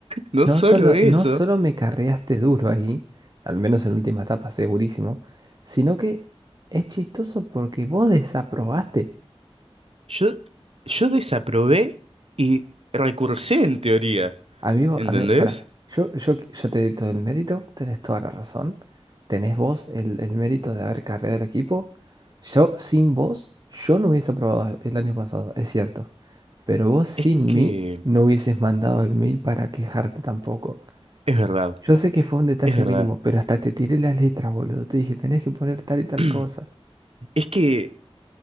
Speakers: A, on the right; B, on the right.
A: No
B: No
A: solo
B: solo,
A: eso,
B: no solo me carreaste duro ahí, al menos en la última etapa, segurísimo, sino que es chistoso porque vos desaprobaste.
A: yo, yo desaprobé y recursé en teoría,
B: Amigo,
A: ¿entendés?
B: amigo, para, yo, yo, yo te doy todo el mérito, tenés toda la razón, tenés vos el, el mérito de haber carreado el equipo. Yo, sin vos, yo no hubiese aprobado el año pasado, es cierto, pero vos sin
A: Es que,
B: mí no hubieses mandado el mail para quejarte tampoco.
A: es verdad,
B: Yo sé que fue un detalle
A: es verdad.
B: mínimo, pero hasta te tiré las letras, boludo. Te dije, tenés que poner tal y tal
A: <clears throat>
B: cosa.
A: Es que